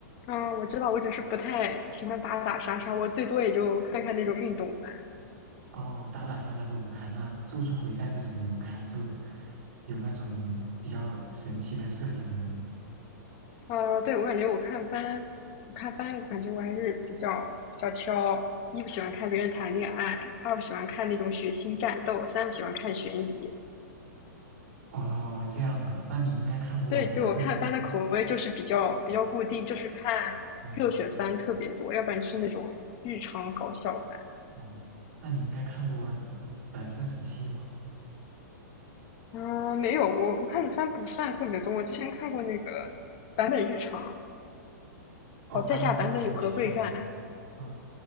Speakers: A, on the left; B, on the right.
A: 啊。我知道，我只是不太喜欢打打杀杀，我最多也就看看那种运动番。
B: 哦，打打杀杀都不看，那《咒术回战》这种也不看，就有那种比较神奇的设定的。
A: 啊。对，我感觉我看番，我看番，我感觉我还是比较比较挑，一不喜欢看别人谈恋爱，二不喜欢看那种血腥战斗，三不喜欢看悬疑。
B: 哦，这样啊，那你应该看过蓝色时期，
A: 对，就我看番的口味就是比较比较固定，
B: 嗯
A: 就是看热血番特别多，
B: 嗯
A: 要不然就是那种日常搞笑番。
B: 哦那你应该看过蓝色时期吗？
A: 啊、没有，我我看的番不算特别多。我之前看过那个版本日常，
B: 哦，
A: 哦，
B: 版本日常我也看过，
A: 在下版本有何贵干？
B: 嗯，